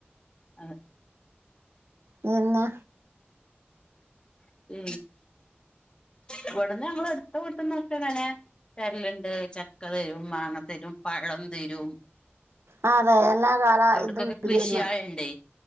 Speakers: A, on the left; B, on the right.
A: അത്
B: പിന്നെ
A: <unintelligible> ഇവിടുന്ന് ഞങ്ങൾ എടുത്ത വീട്ടന്നൊക്കെ അങ്ങനെ തരലുണ്ട് ചക്ക തരും മാങ്ങ തരും പഴം തരും
B: ആ അതെ എല്ലാ കാല
A: അവിടക്കൊക്കെ
B: ഇതും തീർന്ന
A: കൃഷിയാളുണ്ടേ